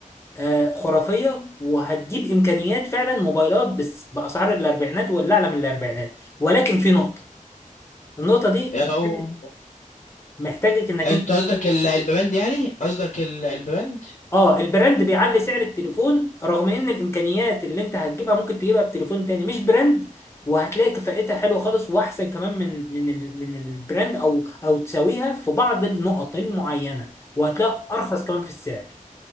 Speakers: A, on the left; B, on the left.
A: آه خرافيه وهتجيب امكانيات فعلا موبايلات بس باسعار الاربعينات ولا اعلى من الاربعينات ولكن في نقطه النقطة دي محتاج-
B: أو...
A: محتاجك انك
B: انت
A: انت
B: قصدك ال- البند يعني قصدك ال- البند
A: اه البراند بيعلي سعر التليفون رغم ان الامكانيات اللي انت هتجيبها ممكن تجيبها بتليفون تاني مش براند وهتلاقي كفاءتها حلوة خالص واحسن كمان من من ال من البراند او او تساويها في بعض النقط المعينة وهتلاقي ارخص كمان في السعر